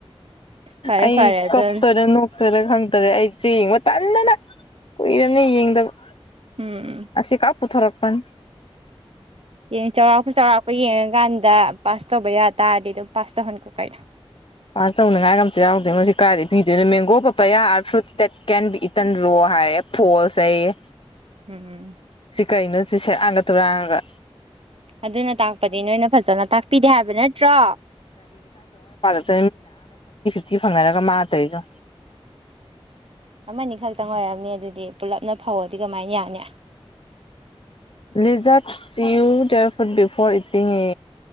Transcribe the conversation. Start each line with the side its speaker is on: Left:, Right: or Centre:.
Right: ꯐꯔꯦ
Left: ꯑꯩ
Right: ꯐꯔꯦ ꯑꯗꯨꯅ
Left: ꯀꯞꯇꯣꯢꯔ ꯅꯣꯛꯇꯣꯢꯔ ꯈꯪꯇꯔꯦ ꯑꯩ ꯆꯦ ꯌꯦꯡꯕ ꯇꯟꯗꯅ ꯀꯨꯏꯔꯝꯅꯦ ꯌꯦꯡꯗꯕ
Right: ꯎꯝ
Left: ꯑꯁꯤ ꯈꯛ ꯄꯨꯊꯣꯔꯛ ꯄꯟ
Right: ꯌꯦꯡ ꯆꯥꯎꯔꯥꯛꯄ ꯆꯥꯎꯔꯥꯛꯄ ꯌꯦꯡꯉꯀꯥꯟꯗ ꯄꯥꯁ ꯇꯧꯕ ꯌꯥꯠ ꯇꯥꯔꯗꯤ ꯑꯗꯨꯝ ꯄꯥꯁ ꯇꯧꯍꯟꯈꯣ ꯀꯩꯅꯣ
Left: ꯄꯥꯁ ꯇꯧꯅꯉꯥꯏꯒ ꯑꯝꯇ ꯌꯥꯎꯗꯦꯉꯣ ꯁꯤ ꯀꯥꯏꯗꯩ ꯄꯤꯗꯣꯏꯅꯣ mango papaya are fruits that can be eaten ꯔꯣ ꯍꯥꯏꯔꯦ ꯐꯣꯜꯁ ꯍꯥꯏꯌꯦ
Right: ꯎꯝꯝ
Left: ꯁꯤꯀꯩꯅꯣ ꯁꯤ ꯁꯦꯔꯥꯟꯒ ꯇꯨꯔꯥꯟꯒ
Right: ꯑꯗꯨꯅ ꯇꯥꯛꯄꯗꯤ ꯅꯣꯏꯅ ꯐꯖꯅ ꯇꯥꯛꯄꯤꯗꯦ ꯍꯥꯏꯕ ꯅꯠꯇ꯭ꯔꯣ
Left: <unintelligible> ꯁꯤ ꯐꯪꯅꯔꯒ ꯃꯥ ꯇꯧꯏꯗꯣ ꯌꯣꯡ
Right: ꯑꯃꯅꯤ ꯈꯛꯇꯪ ꯑꯣꯏꯔꯝꯅꯤ ꯑꯗꯨꯗꯤ ꯑꯦ ꯄꯨꯜꯂꯞꯅ ꯐꯧꯔꯗꯤ ꯀꯃꯥꯏꯅ ꯌꯥꯅꯤ
Left: ꯂꯤꯖꯔꯠ chew dear food before eating ꯉꯦ